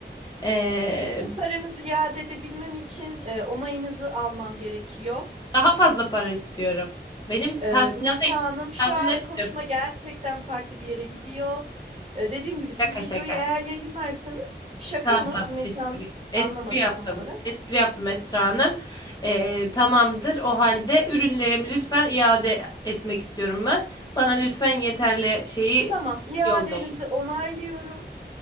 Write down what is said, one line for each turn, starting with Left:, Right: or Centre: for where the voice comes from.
Left: Ee,
Right: Sizin paranızı iade edebilmem için e, onayınızı almam gerekiyor.
Left: daha fazla para istiyorum. Benim
Right: E,
Left: tazminata
Right: Rümeysa Hanım şu
Left: tazminat
Right: an konuşma
Left: istiyorum.
Right: gerçekten farklı bir yere gidiyor. E, dediğim gibi siz
Left: şaka
Right: videoyu
Left: şaka.
Right: eğer yayınlarsanız şaka
Left: Tamam
Right: mı
Left: tamam.
Right: Rümeysa
Left: Espri,
Right: Hanım?
Left: espri
Right: Anlamadım
Left: yaptım.
Right: tam olarak.
Left: Espri yaptım Esra Hanım. Ee, tamamdır. O halde ürünlerimi lütfen iade etmek istiyorum ben. Bana lütfen yeterli şeyi
Right: Tamam, iadenizi
Left: yollayın.
Right: onaylıyorum.